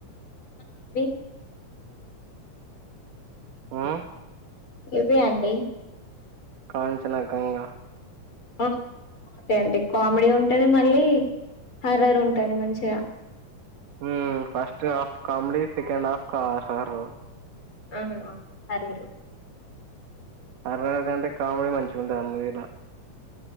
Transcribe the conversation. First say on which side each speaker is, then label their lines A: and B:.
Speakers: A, on the left; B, on the right.
A: ప్పి
B: హ్
A: ఇవే అండి
B: కాంచన గంగా
A: ఓ బాగుంటాయి అండి కామెడీ ఉంటది మళ్ళీ హర్రర్ ఉంటది మంచిగా
B: హ్ first half comedy second half sir
A: <unintelligible> ఆరేరు
B: horror కంటే కామెడీ మంచిగా ఉంటంది అ మూవీలా